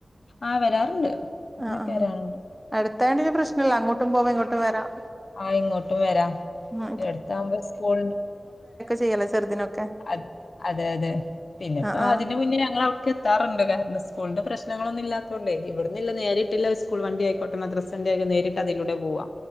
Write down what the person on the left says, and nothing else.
ആഹ് വരാറുണ്ട് അങ്ങനെയൊക്കെ
വരാറുണ്ട്
ആഹ് ഇങ്ങോട്ടും വരാ
എടുത്ത ആകുമ്പോ സ്കൂൾ
അത അതെ അതെ പിന്നെപ്പോ
അതിന് മുന്നേ ഞങ്ങൾ അവിടക്ക് എത്താറുണ്ട് കാരണം സ്കൂളിന്റെ പ്രശ്നങ്ങളൊന്നില്ലാത്തോണ്ടെ ഇവിടന്നില്ല നേരെ ഇല്ല സ്കൂൾ വണ്ടി അയ <unintelligible> മദ്രസന്റെ ഒക്കെ നേരിട്ട് അതിലൂടെ പോവാ